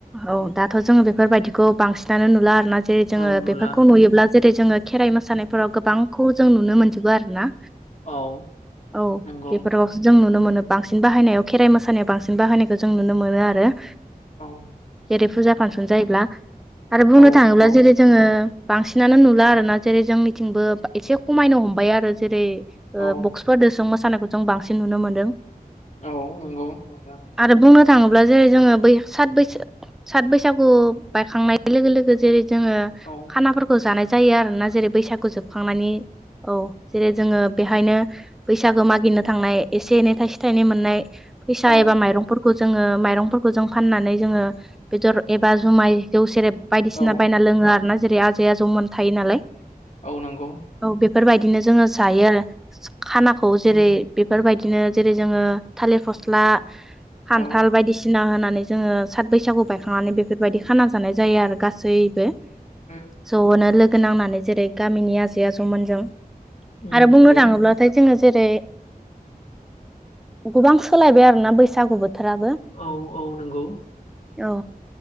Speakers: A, in the centre; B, on the left.
A: औ दाथ' जोङो बेफोरबायदिखौ बांसिनानो नुला आरोना जे जोङो
B: औ नुला
A: बेफोरखौ नुयोब्ला जेरै जोङो खेराइ मोसानायफोराव गोबांखौ जों नुनो मोनजोबो आरो ना।
B: औ।
A: औ
B: नंगौ
A: बेफोराव जों नुनो मोनो बांसिन बाहायनायाव खेराइ मोसानायाव बांसिन बाहायनायखौ जों नुनो मोनो आरो।
B: औ।
A: जेरै फुजा फांसन जायोब्ला आरो बुंनो
B: औ
A: थाङोब्ला
B: नंगौ
A: जेरै जोङो बांसिनानो नुला आरोना जेरै जोंनिथिंबो एसे खमायनो हमबाय आरो जेरै ओ
B: औ
A: बक्सफोरदोसों मोसानायखौ जों बांसिन नुनो मोन्दों।
B: औ नंगौ। औ
A: आरो बुंनो थाङोब्ला जेरै जोङो बै साथ बैसो सात बैसागु बायखांनाय लोगो लोगो जेरै जोङो
B: औ।
A: खानाफोरखौ जानाय जायो आरोना जेरै बैसागु जोबखांनानै औ जेरै जोङो बेहायनो बैसागो मागिनो थांनाय एसे एनै थाइसे थाइनै मोननाय फैसा
B: औ
A: एबा माइरंफोरखौ जोङो माइरंफोरखौ जों फाननानै जोङो बेदर एबा जुमाय जौ सेरेब बायदिसिना
B: औ
A: बायना लोङो आरो ना जेरै आजै आजौमोन थायो नालाय।
B: औ नंगौ।
A: औ बेफोरबायदिनो जोङो जायो आरो खानाखौ जेरै
B: उम
A: बेफोरबायदिनो जेरै जोङो थालिर फस्ला खान्थाल
B: औ
A: बायदिसिना होनानै जोङो सात बैसागु बायखांनानै बेफोरबायदि खाना जानाय जायो आरो गासैबो
B: उम
A: ज'नो लोगो गो नांनानै जेरै गामिनि आजै आजौमोनजों
B: उम,
A: आरो बुंनो
B: नंगौ
A: थाङोब्ला फ्राय जोङो जेरै गोबां सोलायबाय आरोना बैसागु बोथोराबो।
B: औ औ नंगौ।
A: औ